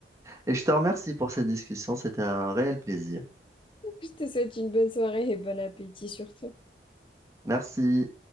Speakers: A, on the right; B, on the left.
A: et je te remercie pour cette discussion. C'était un réel plaisir.
B: Je te souhaite une bonne soirée et bon appétit surtout.
A: Merci.